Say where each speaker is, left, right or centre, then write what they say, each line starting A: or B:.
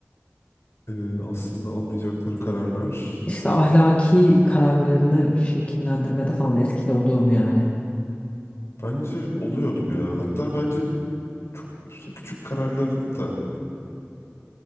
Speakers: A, on the left; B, on the left.
A: e, aslında almayacakları kararlar
B: İşte ahlaki kararlarını şekillendirmede falan etkili oluyor mu yani?
A: bence oluyordur ya. Hatta bence çok küçük kararların da